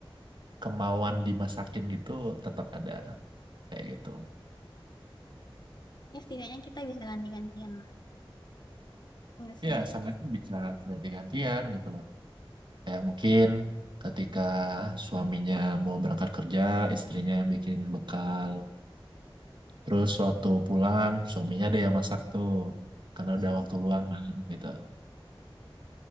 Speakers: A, on the right; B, on the left.
A: kemauan dimasakin gitu tetap ada kayak gitu
B: ya setidaknya kita bisa ganti-gantian lah ya enggak sih
A: ya sangat bisa ganti-gantian gitu loh Kayak mungkin ketika suaminya mau berangkat kerja, istrinya yang bikin bekal. Terus waktu pulang, suaminya ada yang masak tuh. Karena
B: Heeh.
A: udah waktu luang kan, gitu.